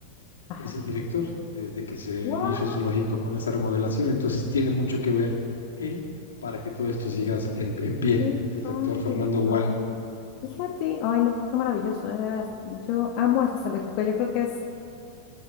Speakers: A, on the left; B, on the left.
A: Ajá.
B: es el director desde que se
A: ¡Wow!
B: hizo el zoológico con esa remodelación, entonces tiene mucho que ver él para que todo esto siga en, en pie.
A: ¡Qué
B: Es el
A: padre!
B: doctor Fernando Gual.
A: Oh, fíjate, ay, no, qué maravilloso, eh, de veras. Yo amo ese zoológico, yo creo que es